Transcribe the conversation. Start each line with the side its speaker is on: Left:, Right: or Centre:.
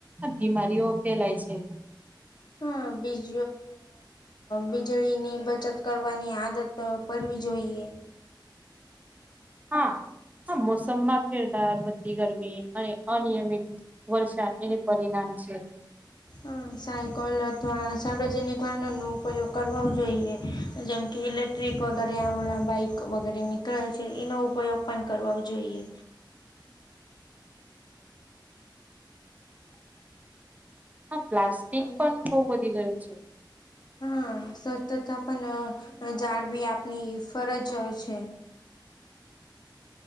Right: બીમારીઓ ફેલાય છે.
Left: હા બીજ વીજળીની બચત કરવાની આદત તો પડવી જોઈએ.
Right: હા હા મોસમમાં ફેરદાર વધતી ગરમી અને અનિયમિત. વર્ષા એને પરિણામ છે.
Left: હ સાયકલ અથવા સાર્વજનિક વાહનો નો ઉપયોગ કરાવવું જોઈએ. જેમ કે ઇલેક્ટ્રિક વગેરે આપણાં બાઈક વગેરે નીકળે છે એનો ઉપયોગ પણ કરવાવું જોઈએ.
Right: હા પ્લાસ્ટિક
Left: અને
Right: પણ બહુ વધી ગયું છે.
Left: હા સ્વચ્છતા પણ જાળવી આપણી ફરજ છે.